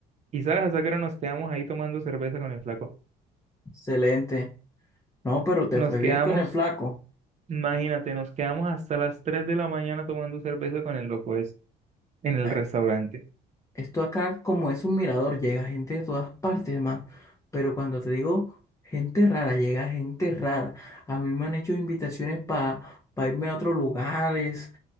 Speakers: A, on the right (about 40°); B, on the left (about 20°).
A: Y sabes, hasta que nos quedamos ahí tomando cerveza con el flaco.
B: Excelente. No, pero te
A: Nos
B: fue
A: quedamos,
B: bien con el flaco.
A: imagínate, nos quedamos hasta las 3 de la mañana tomando cerveza con el loco es en el
B: Eh,
A: restaurante.
B: Esto acá, como es un mirador, llega gente de todas partes, man. Pero cuando te digo gente rara, llega gente rara. A mí me han hecho invitaciones para irme a otros lugares,